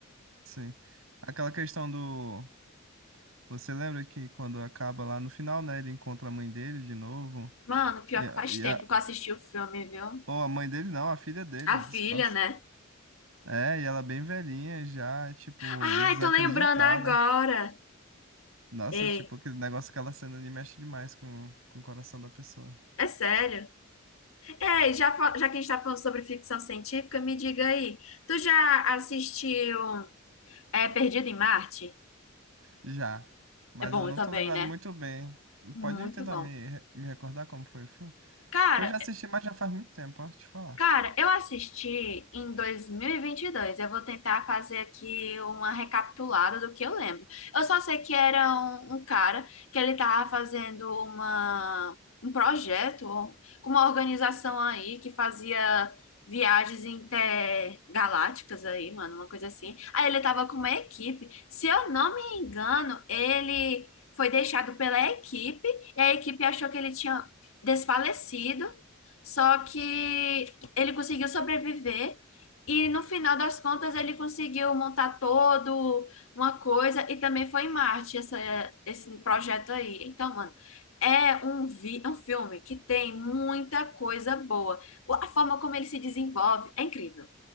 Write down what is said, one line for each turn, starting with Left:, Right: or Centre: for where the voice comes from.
Right: sim. Aquela questão do. Você lembra que quando acaba lá no final, né? Ele encontra a mãe dele de novo.
Left: Mano, pior
Right: E a,
Left: que faz
Right: e
Left: tempo
Right: a...
Left: que eu assisti o filme, viu?
Right: Ou a mãe dele não, a filha dele,
Left: A filha,
Right: disfarça.
Left: né?
Right: É, e ela bem velhinha já, tipo,
Left: Ai,
Right: desacreditada.
Left: tô lembrando agora.
Right: Nossa,
Left: Ei,
Right: tipo, aquele negócio, aquela cena ali mexe demais com, com o coração da pessoa.
Left: é sério. Ei, já, fa- já que a gente tá falando sobre ficção científica, me diga aí. Tu já assistiu é, Perdido em Marte?
Right: Já, mas
Left: É bom
Right: eu não
Left: também,
Right: tô lembrado
Left: né?
Right: muito bem.
Left: Muito
Right: Pode tentar
Left: bom.
Right: me, re- me recordar como foi o filme?
Left: Cara,
Right: Que eu já assisti, mas já faz muito tempo, ó, te falar.
Left: Cara, eu assisti em dois mil e e vinte e dois. Eu vou tentar fazer aqui uma recapitulada do que eu lembro. Eu só sei que era um, um cara que ele tava fazendo uma, um projeto com uma organização aí que fazia viagens intergalácticas aí, mano, uma coisa assim. Aí ele tava com uma equipe. Se eu não me engano, ele foi deixado pela equipe e a equipe achou que ele tinha desfalecido. Só que ele conseguiu sobreviver e no final das contas ele conseguiu montar todo uma coisa e também foi em Marte essa, esse projeto aí. Então, mano, é um, vi, é um filme que tem muita coisa boa. O- A forma como ele se desenvolve é incrível.